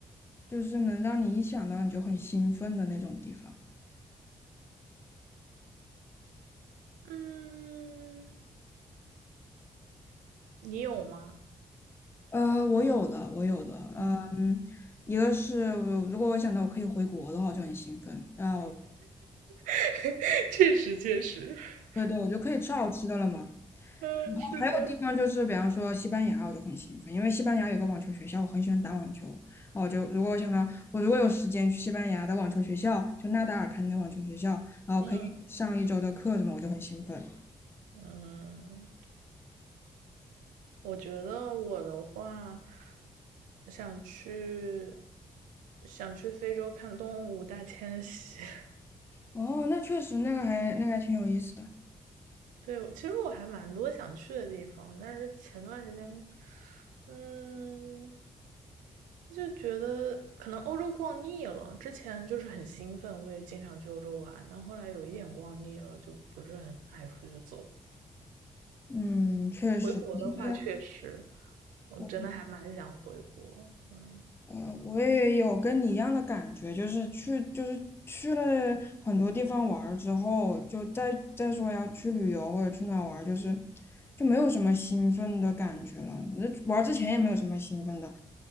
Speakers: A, on the left; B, on the right.
A: 就是能让你一想到你就很兴奋的那种地方。
B: 嗯，你有吗？
A: 呃，我有的，我有的，呃，
B: 嗯，
A: 一个是我如果我想到我可以回国的话，我就很兴奋，然后
B: <laughs> 确实确实，<laughs>
A: 对对，我就可以吃好吃的了嘛。
B: 嗯，是的，
A: 还有地方就是，比方说西班牙，我就很兴奋，因为西班牙有个网球学校，我很喜欢打网球。哦，就如果我想到我如果有时间去西班牙的网球学校，就纳达尔开的那网球学校，然后可以上一周的课什么，
B: 嗯
A: 我就很兴奋。
B: 嗯。我觉得我的话，想去想去非洲看动物大迁徙。<laughs>
A: 哦，那确实那个还那个还挺有意思的。
B: 对，其实我还蛮多想去的地方，但是前段时间，嗯，就觉得可能欧洲逛腻了。之前就是很兴奋，会经常去欧洲玩，但后来有一点逛腻了，就不是很爱出去走。
A: 嗯，确实，
B: 回国的话，
A: 现
B: 确实，我真的还蛮想回国。
A: 我。
B: 嗯，
A: 呃，我也有跟你一样的感觉，就是去，就是去了很多地方玩儿之后，就再再说要去旅游或者去哪儿玩儿，就是就没有什么兴奋的感觉了。那玩儿之前也没有什么兴奋的，